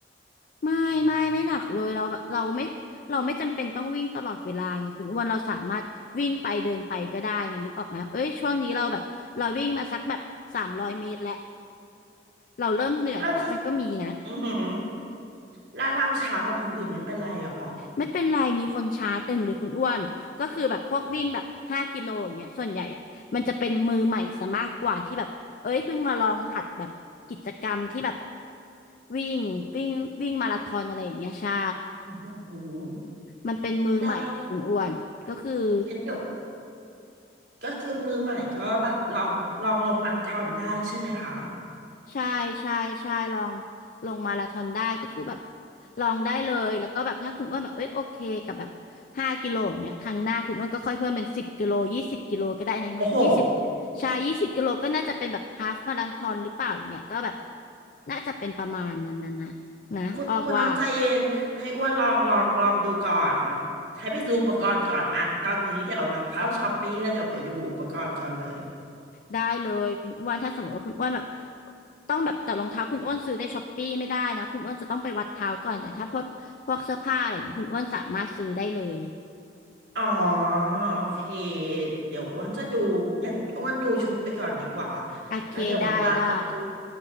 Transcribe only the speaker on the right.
ถ้าจะอือหือแล้วเราเช้ากว่าคนอื่นไม่เป็นไรหรอ
อืม
ได้กันเดี๋ยวก็คือมือใหม่ก็แบบลองลองลงมาราธอนได้ใช่ไหมคะ
โอ้โห
คุณคุณน้องใจเย็นให้อ้วนลองลองลองดูก่อนแบบให้ไปซื้ออุปกรณ์ก่อนอะตอนนี้เดี๋ยวแบบเข้าช้อปปี้แล้วเดี๋ยวไปดูอุปกรณ์ก่อนเลย
อ๋อโอเคเดี๋ยวอ้วนจะดูงั้นอ้วนดูชุดไปก่อนดีกว่า
แล้วเดี๋ยวว่างๆเขาไปดู